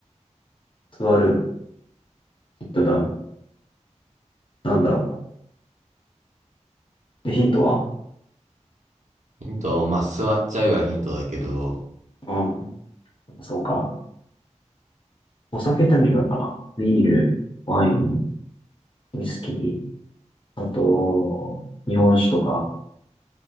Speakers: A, on the left; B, on the right.
A: 座る、ヒットダウン。なんだろう。え、ヒントは
B: ヒント、まあ、座っちゃうがヒントだけど、
A: うん。そうか。お酒って何があるかなビール、ワイン、ウイスキー、あと、日本酒とか、